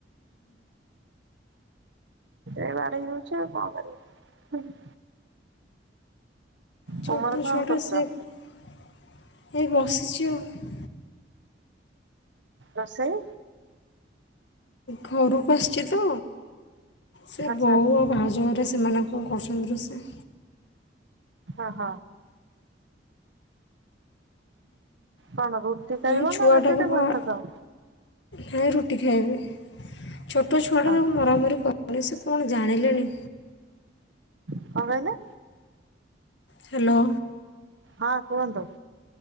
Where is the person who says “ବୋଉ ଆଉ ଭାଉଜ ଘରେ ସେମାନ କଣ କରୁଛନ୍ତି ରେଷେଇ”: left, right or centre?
Left